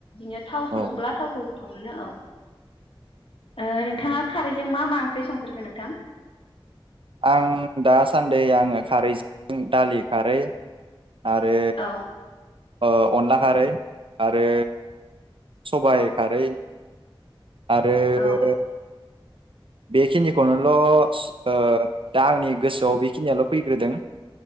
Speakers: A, on the left (about 75°); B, on the right (about 70°).
A: नो थाव संब्ला
B: औ
A: थावखौ मोनो औ ओ नोंथाङा खारैजों मा मा ओंख्रि संफेरखो नोंथां
B: आं दासान्दै आङो खारैजों दालि खारै आरो
A: औ
B: ओ अनला खारै आरो सबाय
A: औ
B: खारै आरो
A: औ
B: बेखिनिखौनोल स ओ दा आंनि गोसोआव बेखिनियाल फैग्रोदों